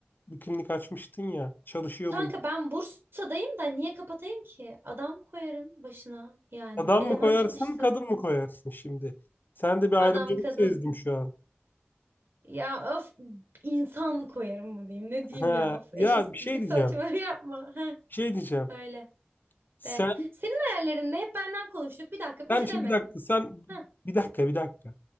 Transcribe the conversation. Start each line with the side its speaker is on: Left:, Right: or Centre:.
Left: Bir klinik açmıştın ya. Çalışıyor
Right: Kanka
Left: muydu?
Right: ben Bursa'dayım da niye kapatayım ki? Adam koyarım başına yani
Left: Adam
Right: eleman
Left: mı koyarsın,
Right: çalıştırırım.
Left: kadın mı koyarsın şimdi? Sen de bir ayrımcılık
Right: Adam kadın
Left: sezdim şu an.
Right: ya of insan koyarım mı diyeyim ne diyeyim
Left: He,
Right: ya of
Left: ya
Right: eşitsizlik
Left: bir şey diyeceğim.
Right: saçma <laughs> yapma. Heh,
Left: Bir şey diyeceğim.
Right: öyle.
Left: Sen,
Right: De. Senin hayallerinde hep benden konuştuk. Bir dakika
Left: sen
Right: bir şey
Left: şimdi
Right: deme.
Left: bir dakika, sen
Right: Heh,
Left: bir dakika, bir dakika.